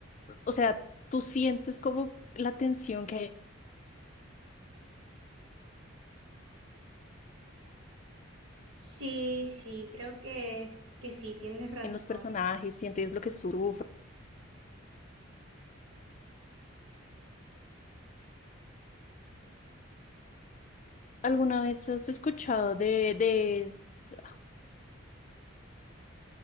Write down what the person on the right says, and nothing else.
Sí, sí, creo que, que sí, tienes razón.